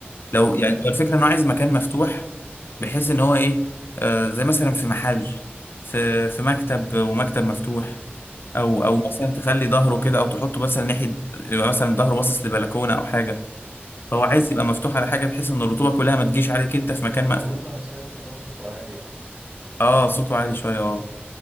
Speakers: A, on the left; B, on the right.
A: لو
B: والله
A: يعني هو الفكرة انه عايز مكان مفتوح بحيث ان هو ايه آه زي مثلا في محل في في مكتب ومكتب مفتوح او او
B: امم
A: مثلا تخلي ظهره كده او تحطه مثلا ناحية يبقى مثلا ظهره باصص لبلكونة او حاجة فهو
B: امم
A: عايز يبقى مفتوح على حاجة بحيث ان الرطوبة كلها ما تجيش عليك انت في مكان مقفول
B: هو برضه انا سمعت ان هو صوته عالي
A: اه صوته عالي شوية اه